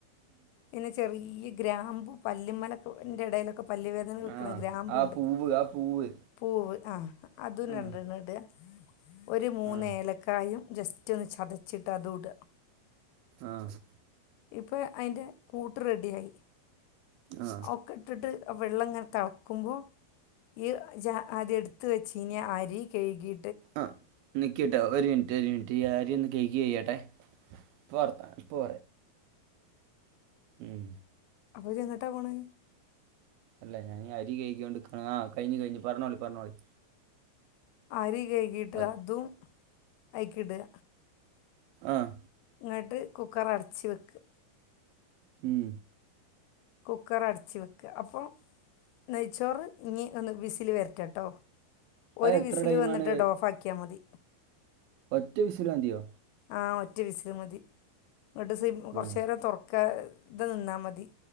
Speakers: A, on the left; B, on the right.
A: പിന്നെ ചെറിയ്യെ ഗ്രാമ്പു പല്ലിമലൊക്കെ ഇന്റെ ഇടയിലൊക്കെ പല്ല് വേദനക്കൊക്കെ
B: ആ
A: വെക്കണ ഗ്രാമ്പുണ്ട്
B: ആ പൂവ് ആ പൂവ്
A: പൂവ് ആഹ് അതും
B: ആ
A: രണ്ടണ്ണട്അ ഒരു മൂന്നേലക്കായും
B: ആ
A: ജസ്റ്റ് ഒന്ന് ചതച്ചിട്ട് അതൂട
B: ആഹ്
A: ഇപ്പൊ അതിന്റെ കൂട്ട് റെഡി ആയി
B: ആ
A: ഒക്കെ. ഇട്ടിട്ട് വെള്ളം ഇങ്ങനെ തിളക്കുമ്പോ ഈ ഇജ് അദ്യം എടുത്ത് വെച്ചിരുന്ന അരി കഴുകി
B: ആഹ് നിക് നിക്കിട്ടോ ഒരു മിനിറ്റ് ഒരു മിനിറ്റ് ഈ അരി ഒന്ന് കഴുകിക്കെയ്യട്ടെ ഇപ്പൊ വർത്താനം ഇപ്പൊ ഉം
A: അപ്പൊ ഇജെങ്ങട്ടാ പോണെ?
B: അല്ല ഞാൻ ഈ അരി കഴികിയോണ്ട് നിൽക്കയാ ആ കഴിഞ്ഞ് കഴിഞ്ഞ് പറഞ്ഞോളി പറഞ്ഞോളി
A: അരി കഴികിയിട്ട്
B: ആ
A: അതും അയ്കിടുക
B: ആഹ്
A: എന്നട്ട് കുക്കർ അടച്ച് വക്കുക.
B: ഉം
A: കുക്കർ അടച്ച് വെക്കുക അപ്പൊ നെയച്ചോറ് ഇനി ഒന്ന് വിസില് വരട്ടെട്ടോ? ഒരു
B: അത് എത്ര
A: വിസിൽ
B: ടൈമാണ്
A: വന്നിട്ടേട്ടോ ഓഫ് ആക്കിയാ മതി.
B: ഒറ്റ വിസിൽ മതിയോ?
A: ആ ഒറ്റ വിസിൽ മതി എന്നിട്ട് സി കൊറച്ചു
B: ആ
A: നേരം തുറക്കാതെ നിന്നാൽ മതി.